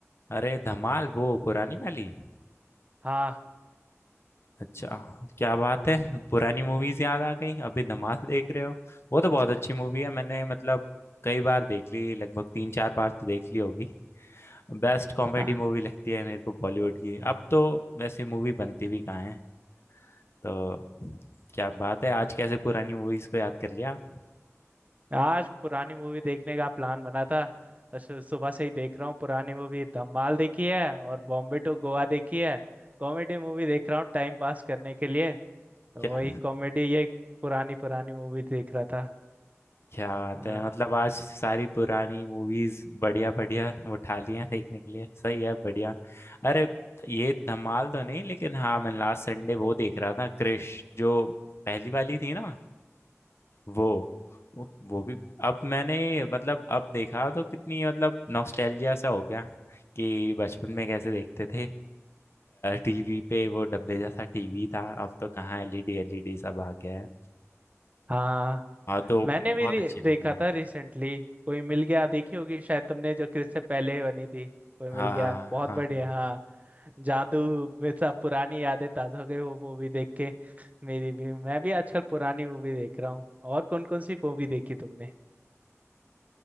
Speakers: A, on the left (about 55°); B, on the right (about 30°).
A: अरे धमाल वो पुरानी वाली
B: हाँ
A: अच्छा क्या बात है पुरानी मूवीज याद आ गई अभी धमाल देख रहे हो वो तो बहुत अच्छी मूवी है मैंने मतलब कई बार देख ली लगभग तीन चार बार तो देख ली होगी बेस्ट कॉमेडी
B: हाँ
A: मूवी लगती है मेरे को बॉलीवुड की अब तो वैसे मूवी बनती भी कहाँ है तो क्या बात है आज कैसे पुरानी मूवीज को याद कर लिया आप?
B: आज पुरानी मूवी देखने का प्लान बना था बस सुबह से ही देख रहा हूँ पुरानी मूवी धमाल देखी है और बॉम्बे टू गोवा देखी है कॉमेडी मूवी देख रहा हूँ टाइम पास करने के लिए तो
A: क्या
B: वही कॉमेडी ये पुरानी पुरानी मूवी देख रहा था
A: क्या बात
B: हाँ
A: है मतलब आज सारी पुरानी मूवीज बढ़िया बढ़िया उठा ली हैं देखने के लिए सही है बढ़िया अरे ये धमाल तो नहीं लेकिन हाँ मैं लास्ट संडे वो देख रहा था क्रिश जो पहली वाली थी ना वो वो वो भी अब मैंने मतलब अब देखा तो कितनी मतलब नॉस्टैल्जिया सा हो गया कि बचपन में कैसे देखते थे टीवी पे वो डब्बे जैसा टीवी था अब तो कहाँ एलईडी एलईडी सब आ गया है
B: हाँ
A: हाँ तो
B: मैंने
A: बहुत
B: भी रे-
A: अच्छी लगी
B: देखा था रिसेंटली कोई मिल गया देखी होगी शायद तुमने जो क्रिस से पहले बनी थी कोई
A: हाँ
B: मिल गया
A: हाँ
B: बहुत
A: हाँ
B: बढ़िया
A: हाँ।
B: हाँ जादू में सब पुरानी यादें ताजा हो गई वो मूवी देख के मेरी भी मैं भी आजकल पुरानी मूवी देख रहा हूँ और कौन कौन सी मूवी देखी तुमने